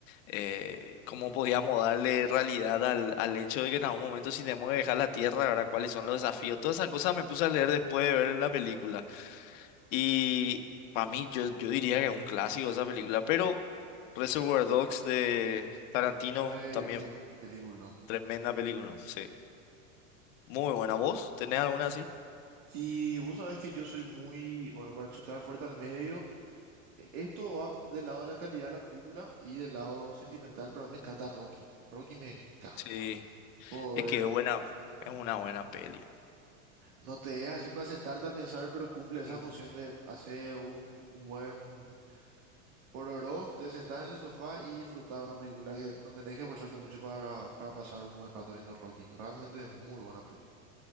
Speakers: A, on the left; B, on the right.
A: Eh, cómo podíamos darle realidad al, al hecho de que en algún momento si tenemos que dejar la Tierra, ¿verdad? ¿Cuáles son los desafíos? Todas esas cosas me puse a leer después de ver la película. Y para mí, yo, yo diría que es un clásico esa película, pero Reservoir Dogs de Tarantino
B: Eh,
A: también
B: qué película.
A: tremenda película, sí. Muy buena voz, ¿tenés alguna así?
B: Y vos sabés que yo soy muy, bueno, para chutar fuerte al medio. e- Esto va del lado de la calidad de la película y del lado sentimental, pero a mí me encanta Rocky. Rocky me encanta.
A: Sí,
B: Por,
A: es que es buena, es una buena peli.
B: no te dejas así para sentarte a pensar, pero cumple esa
A: Mm.
B: función de hacer un un buen Por oro, te sentás en el sofá y disfrutás de una película que no tenés que esforzarte mucho para, para pasar un buen rato viendo Rocky. Realmente es muy buena peli.